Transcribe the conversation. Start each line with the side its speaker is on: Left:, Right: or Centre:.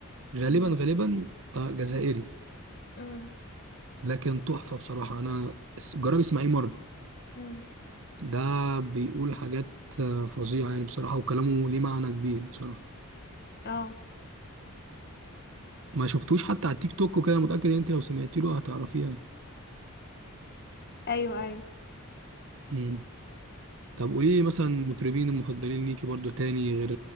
Right: غالبا
Left: مم.
Right: غالبا آه جزائري
Left: مم.
Right: لكن تحفة بصراحة أنا اس- جرب اسمعيه مرة
Left: مم.
Right: ده بيقول حاجات آه، فظيعة يعني بصراحة وكلامه ليه معنى كبير بصراحة
Left: اه
Right: ما شفتوش حتى على التيك توك وكده متأكد إن أنت لو سمعتي له هتعرفيه يعني
Left: ايوه ايوه
Right: مم. طب قولي لي مثلا المطربين المفضلين ليكي برضو تاني غير